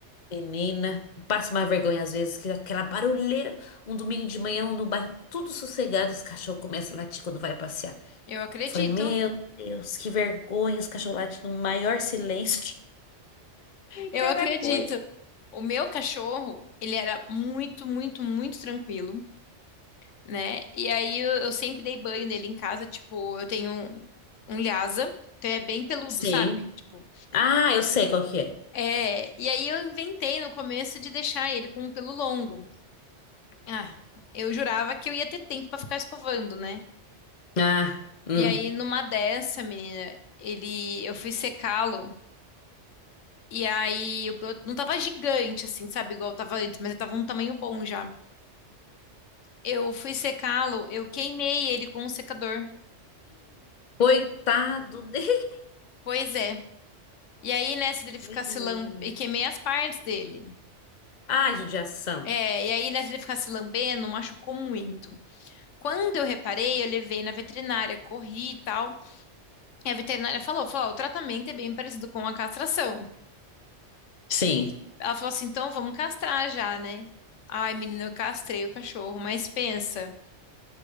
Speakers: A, on the left; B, on the left.
A: Menina, passa uma vergonha às vezes, que aquela barulheira, um domingo de manhã, um no bairro tudo sossegado, esse cachorro começa a latir quando vai passear.
B: eu acredito.
A: Eu falei, meu Deus, que vergonha, esse cachorro late no maior silêncio. Tem
B: Eu
A: cada
B: acredito.
A: coisa.
B: O meu cachorro, ele era muito, muito, muito tranquilo, né? E aí eu, eu sempre dei banho nele em casa. Tipo, eu tenho um, um Lhasa, então ele é bem peludo,
A: Sim.
B: sabe? Tipo,
A: Ah, eu sei qual que é.
B: é. E aí eu inventei no começo de deixar ele com um pelo longo. Ah, eu jurava que eu ia ter tempo pra ficar escovando, né?
A: Ah, hum.
B: E aí, numa dessa, menina, ele, eu fui secá-lo. E aí, eu, eu não tava gigante, assim, sabe? Igual tava antes, mas ele tava um tamanho bom já. Eu fui secá-lo, eu queimei ele com o secador.
A: Coitado dele.
B: Pois é. E aí, nessa dele ficar
A: Menina.
B: se lambendo, e queimei as partes dele.
A: Ai, judiação.
B: É, e aí, nessa dele ficar se lambendo, machucou muito. Quando eu reparei, eu levei na veterinária, corri e tal. E a veterinária falou, falou, "Ó, o tratamento é bem parecido com a castração.
A: Sim.
B: Ela falou assim, então vamos castrar já, né? Ai, menina, eu castrei o cachorro, mas pensa